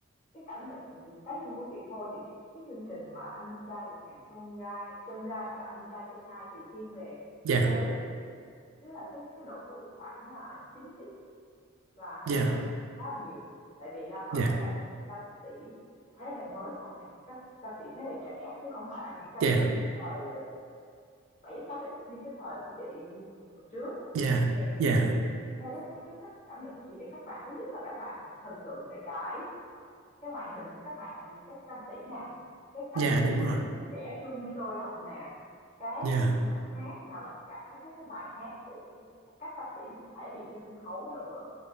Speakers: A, on the left; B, on the right.
A: cái cảm nhận cá nhân của chị thôi thì thì cái chương trình mà anh trai vượt ngàn chông gai chông gai hoặc là anh trai c hai thì thiên về
B: dạ
A: giới Tức là cái cái độ tuổi khoảng là 9X và 2000
B: dạ
A: khá là nhiều. Tại vì đa phần
B: dạ
A: các ca sĩ là ca sĩ thế hệ mới sau này, các ca sĩ thế hệ trẻ chứ không phải là những ca
B: dạ
A: sĩ thời 7X 8X như cái thời của chị như hồi trước.
B: dạ
A: Thì bây
B: dạ
A: giờ chị chị theo cái cái cách cảm nhận của chị thì các bạn thứ nhất là các bạn thần tượng về cái cái ngoại hình của các bạn các ca sĩ nè, cái cách
B: dạ
A: trình
B: đúng rồi
A: diễn trẻ trung sôi động nè, cái
B: dạ
A: cái giọng hát là và cả các cái bài hát của các ca sĩ thể hiện trên sân khấu nữa.